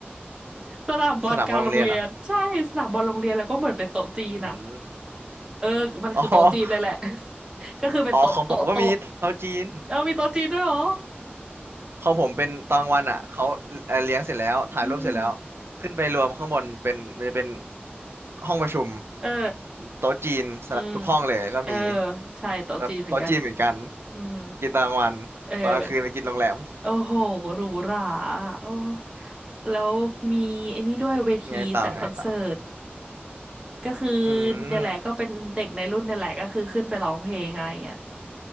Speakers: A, on the right (about 20°); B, on the right (about 75°).
A: <laughs> สนามบอลกลางโรงเรียนใช่สนามบอลโรงเรียนแล้วก็เหมือนเป็นโต๊ะจีนอะ
B: สนามบอลโรงเรียนเหรออืม
A: เออมันคือโต๊ะจีนเลยแหละ
B: อ๋อ
A: <laughs> ก็คือเป็นโต๊ะโต๊ะโต๊ะ
B: อ๋อของผมก็มีเตาจีน
A: เอามีโต๊ะจีนด้วยเหรอ
B: ของผมเป็นตอนกลางวันอ่ะเขาเอ่อเลี้ยงเสร็จแล้วถ่ายรูปเสร็จแล้ว
A: อืม
B: ขึ้นไปรวมข้างบนเป็นมันจะเป็นห้องประชุม
A: เออ
B: โต๊ะจีนสำหรับทุกห้องเลยก็มี
A: อืมเออใช่โต๊ะจีนเหมือนกัน
B: แล้วก็โต๊ะจีนเหมือนกัน
A: อืม
B: กินตอนกลางวันตอนกลางคืนไปกินโรงแรม
A: เออ โอ้โหหรูหราโอ้แล้วมีไอ้นี่ด้วยเวทีจัดคอนเสิร์ต
B: <laughs> ไงต่อไงต่อ
A: ก็คือ
B: อืม
A: เนี่ยแหละก็เป็นเด็กในรุ่นเนี่ยแหละก็คือขึ้นไปร้องเพลงอะไรเงี้ย